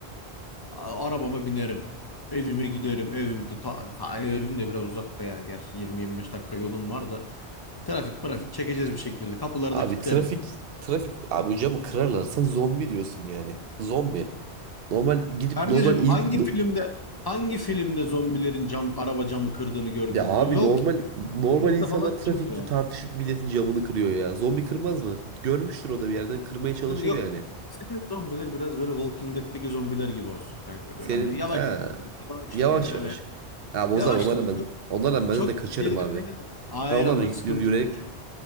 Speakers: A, on the left (about 35°); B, on the right (about 65°).
A: A- Arabama binerim. Evime giderim. Evim de, ta, ta- evim de biraz uzakta yani. Gerçi 20-25 dakika yolum var da. Trafik trafik çekeceğiz bir şekilde. Kapıları
B: Abi
A: da kilitlerim.
B: trafik trafik abi o camı kırarlar. Sen zombi diyorsun yani. Zombi. Normal gidip
A: Kardeşim
B: normal in-
A: hangi
B: no-
A: filmde hangi filmde zombilerin cam, araba camı kırdığını gördün?
B: ya abi
A: Bu Walking
B: normal normal
A: Dead'de
B: insanlar
A: falan
B: trafikte
A: kırmıyor.
B: tartışıp milletin camını kırıyor ya. Zombi kırmaz mı? Görmüştür o da bir yerden kırmaya çalışır
A: Yok.
B: yani.
A: Senin zombiler biraz böyle Walking Dead'teki zombiler gibi olsun kanka.
B: Senin
A: Böyle hani yavaş
B: ha,
A: hareket ediyor, yavaş
B: yavaş
A: yürüyor öyle.
B: yavaş. Abi o
A: Yavaşlar.
B: zaman onlarla ben
A: Çok,
B: onlarla ben
A: çok
B: de kaçarım
A: şeyler
B: abi.
A: değil de. Hayır
B: Ya onlar
A: ama
B: yürü-
A: sıkıntısı
B: yürüyerek
A: şu.